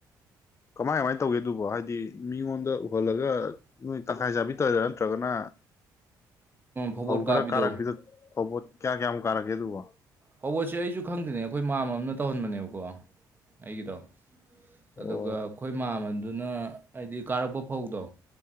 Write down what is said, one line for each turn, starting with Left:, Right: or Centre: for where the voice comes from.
Left: ꯀꯃꯥꯏ ꯀꯃꯥꯏꯅ ꯇꯧꯒꯦ ꯑꯗꯨꯕꯣ ꯍꯥꯏꯗꯤ ꯃꯤꯉꯣꯟꯗ ꯎꯍꯜꯂꯒ ꯅꯣꯏ ꯇꯪꯈꯥꯏ ꯆꯥꯕꯤ ꯇꯧꯔꯤꯔ ꯅꯠꯇ꯭ꯔꯒꯅ
Right: ꯐꯧꯕꯣꯠ
Left: ꯐꯧ ꯈꯔ
Right: ꯀꯥꯕꯤꯗꯣ
Left: ꯀꯥꯔꯛꯄꯤꯗꯣ ꯐꯧꯕꫭꯠ ꯀꯌꯥ ꯀꯌꯥꯃꯨꯛ ꯀꯥꯔꯛ ꯒꯦꯑꯗꯨꯕꯣ
Right: ꯐꯕꯣꯠꯁꯦ ꯑꯩꯁꯨ ꯈꯪꯗ꯭ꯦꯅꯦ ꯑꯩꯈꯣꯏ ꯃꯥꯝꯃ ꯑꯃꯅ ꯇꯧꯍꯟꯕꯅꯦꯕꯀꯣ ꯑꯩꯒꯤꯗꯣ
Left: ꯑꯣ
Right: ꯑꯗꯨꯒ ꯑꯩꯈꯣꯏ ꯃꯥꯝꯃ ꯑꯗꯨꯅ ꯑꯩꯗꯤ ꯀꯥꯔꯛꯄ ꯐꯧꯗꯣ